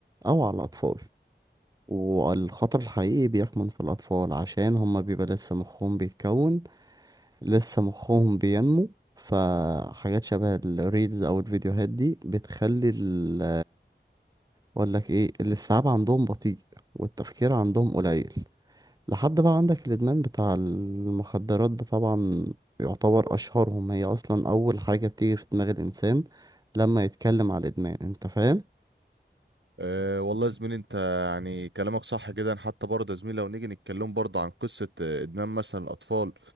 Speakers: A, on the right; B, on the right.
A: أو على الأطفال والخطر الحقيقي بيكمن في الأطفال عشان هما بيبقى لسه مخهم بيتكون لسه مخهم بينمو فحاجات شبه الريلز أو الفيديوهات دي بتخلي ال أقول لك إيه الاستيعاب عندهم بطيء والتفكير عندهم قليل لحد بقى عندك الإدمان بتاع المخدرات ده طبعا يعتبر أشهرهم هي أصلا أول حاجة بتيجي في دماغ الإنسان لما يتكلم على الإدمان أنت فاهم؟
B: أه والله يا زميلي انت يعني كلامك صح جدا حتى برضه يا زميلي لو نيجي نتكلم برضه عن قصة آه، ادمان مثلا الاطفال